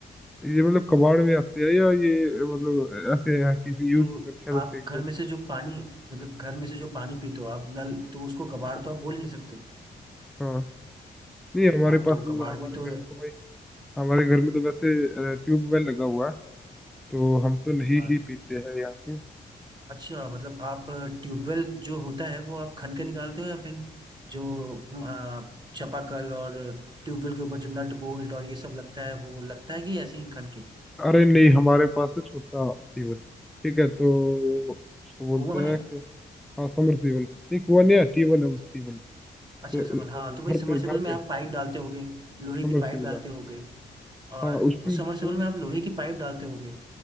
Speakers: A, in the centre; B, on the right (about 25°).
A: ये मतलब कबाड़ में आते हैं या ये मतलब ऐसे है किसी यूज
B: तो
A: कर रखे हैं
B: आप
A: तो फेंक
B: घर
A: दो
B: में से जो पानी मतलब घर में से जो पानी पीते हो आप नल तो उसको कबाड़ तो आप बोल नहीं सकते
A: हाँ नहीं हमारे
B: हाँ
A: पास
B: तो
A: तो
B: कबाड़
A: मतलब हमारे
B: में तो
A: घर में तो भाई हमारे घर में तो वैसे ट्यूबवेल लगा हुआ है तो हम तो नहीं
B: हाँ।
A: ही पीते हैं यहाँ पे
B: अच्छा मतलब आप ट्यूबवेल जो होता है वो आप खन के निकालते हो या फिर जो अ, चापाकल और ट्यूबवेल के ऊपर जो नट बोल्ट और ये सब लगता है वो लगता है कि ऐसे ही खन के
A: अरे नहीं हमारे पास है छोटा ट्यूबवेल ठीक है तो उसको बोलते
B: कुआं
A: हैं
B: है
A: कि हाँ समरसीबल नहीं कुआं नहीं है ट्यूबवेल है बस ट्यूबवेल तो
B: अच्छा समर हाँ
A: वो
B: तो वही
A: घर
B: समरसेबल
A: पे घर
B: में
A: पे
B: आप पाइप डालते होगे लोहे
A: समरसीबल
B: की पाइप डालते
A: है
B: होगे और
A: हाँ उसकी
B: उस सबमर्सिबल
A: पूरी
B: में आप लोहे की पाइप डालते होगे